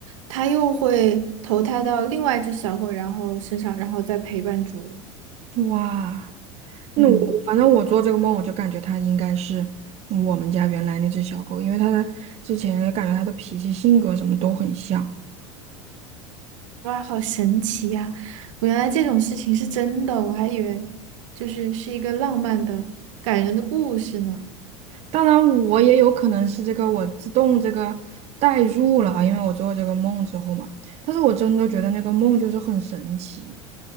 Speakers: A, on the right (about 80°); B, on the right (about 40°).
A: 它又会投胎到另外一只小狗，然后身上，然后再陪伴主人。
B: 哇，那我反正我做这个梦，
A: 嗯，
B: 我就感觉它应该是我们家原来那只小狗，因为它的之前感觉它的脾气、性格什么都很像。
A: 哇，好神奇呀！我原来这种事情是真的，我还以为就是是一个浪漫的、感人的故事呢。
B: 当然，我也有可能是这个我自动这个代入了啊，因为我做这个梦之后嘛。但是我真的觉得那个梦就是很神奇，